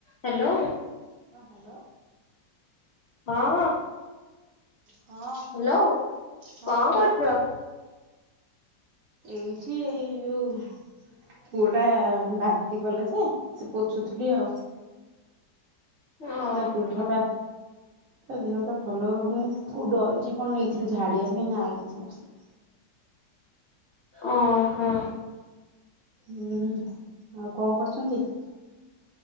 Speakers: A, on the left (about 65°); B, on the right (about 60°).
A: Hello.
B: ହଁ hello
A: ହଁ।
B: ହଁ
A: ହ୍ୟାଲୋ।
B: ହଁ
A: କଣ
B: କୁହନ୍ତୁ
A: କରୁଚ?
B: ଏଇଠି ଏଇ ଯୋଉ ପୁଅ ଟା ବାନ୍ତି କଲା ଯେ ସେ ପୋଛୁଥିଲି ଆଉ।
A: ଓହୋ
B: ତା ଦେହ ଟା ତା ଦେହ ଟା ଭଲ ରହୁନି। କୋଉଠି ଡରିଚି କଣ ନେଇଥିଲୁ ଝାଡିବା ପାଇଁ ଏଇନେ ଆଇଲୁ ସମସ୍ତେ।
A: ଅ ହଁ।
B: ହୁଁ, ଆଉ କଣ କରୁଛନ୍ତି?